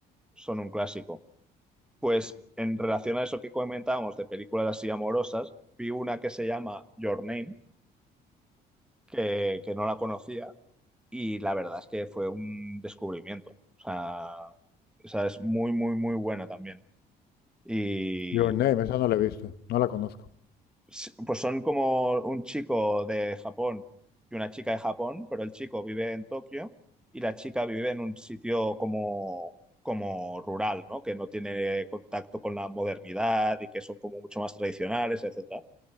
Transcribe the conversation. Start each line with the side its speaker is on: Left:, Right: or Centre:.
Centre: son un clásico. Pues en relación a eso que comentábamos de películas así amorosas, vi una que se llama Your Name, que, que no la conocía y la verdad es que fue un descubrimiento. O sea, esa es muy, muy, muy buena también. Y
Left: Your Name, esa no la he visto, no la conozco.
Centre: s- pues son como un chico de Japón y una chica de Japón, pero el chico vive en Tokio y la chica vive en un sitio como, como rural, ¿no? Que no tiene contacto con la modernidad y que son como mucho más tradicionales, etcétera.